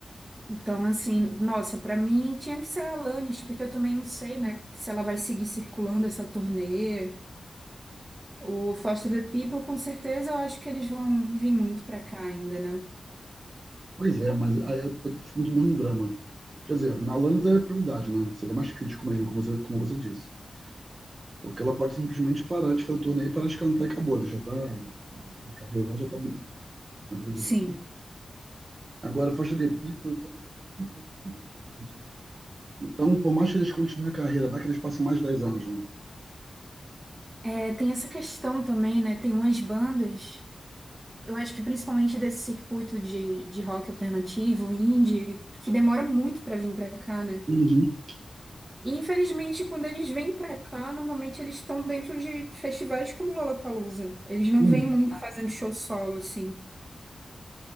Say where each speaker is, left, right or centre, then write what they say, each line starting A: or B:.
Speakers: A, on the right; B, on the right.
A: Então, assim, nossa, pra mim tinha que ser a Alanis, porque eu também não sei, né, se ela vai seguir circulando essa turnê. O Foster the People, com certeza, eu acho que eles vão vir muito pra cá ainda, né?
B: Pois é, mas aí eu, eu sinto o mesmo drama. Quer dizer, na Lannis é prioridade, né? Seria mais crítico mesmo, como você, como você disse. Porque ela pode simplesmente parar de fazer torneio e parar de cantar e acabou, né? Já tá. A carreira dela já tá bem. Como é que eu vou dizer?
A: Sim.
B: Agora, Faixa de People, então, tem anos. Então, por mais que eles continuem a carreira, vai que eles passam mais de 10 anos, né?
A: É, tem essa questão também, né? Tem umas bandas, eu acho que principalmente desse circuito de, de rock alternativo, indie, que demora muito pra vir pra cá, né?
B: Uhum.
A: E infelizmente, quando eles vêm pra cá, normalmente eles estão dentro de festivais como Lollapalooza. Eles não
B: Uhum.
A: vêm muito Ah, fazendo show solo, assim.